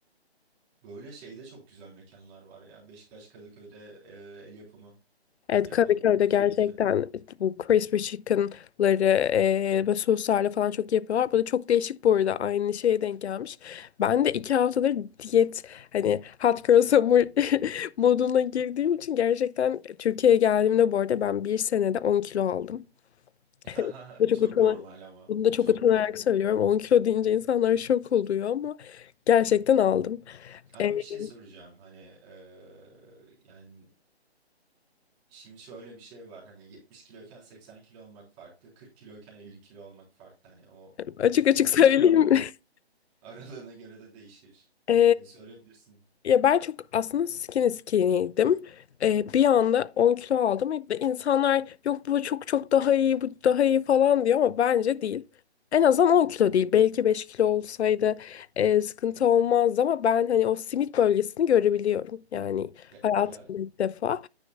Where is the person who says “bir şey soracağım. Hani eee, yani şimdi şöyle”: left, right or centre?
Right